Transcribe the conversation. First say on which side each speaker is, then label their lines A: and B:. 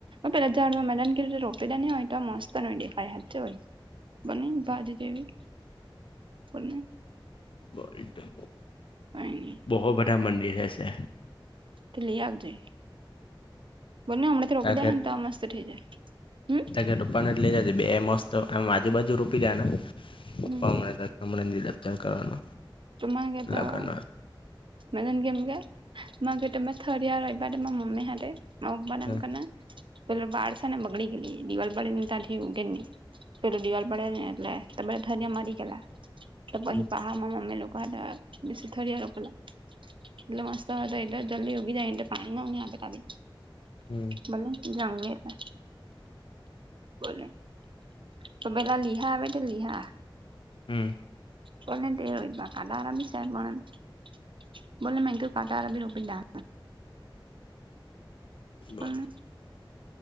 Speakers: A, on the right; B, on the left.
A: પેલા જાડવા મે તન કીધું તું રોપી દેની હોય તો મસ્ત. તનય દેખાય હચે મઈ બોલની બાજુ જેવી બોલને.
B: બોલ્ટ હું.
A: કઈ ની.
B: બોહો બધા મંદિર હેશે.
A: તે લઈ આવજે, બોલને હમણાં તો રોપી
B: તા
A: દેહેન તો આ મસ્ત થઇ જાહે હમ.
B: બે રૂપાના જ લઈ જાજે બે મસ્ત એમ આજુબાજુ રોપી દેવાના,
A: હમ
B: પણ હમણાં તો હમણા નિરાતે કરવાનો.
A: તું મન કેતા
B: લગન હા
A: મેં તન કેમકે માર રીતે મેં ઠળિયા રોયપા તે મમ્મી હાથે, માર પપ્પા
B: હા
A: એમ કરને. પેલું બાર સેને બગડી ગેલી દિવાલ પાડીન તારથી ઉગેજની. પેલું દિવાલ પડે ને એટલે તબે ધરિયા મારી ગેલા, તો પહી
B: હમ
A: પાહા માં મમ્મી લો થદિયા રોપેલા. એટલે મસ્ત હતો એટલે જલ્દી ઉગી જાય એનટ પાણી ના આવી.
B: હમ
A: બોલને જમી લેતા. બો તો પેલા લીહા આવે તો લીહા.
B: હમ.
A: પલે કટ આરામી છેડમાં એ કઢ આરામી રપા.
B: બોલ
A: બોલને.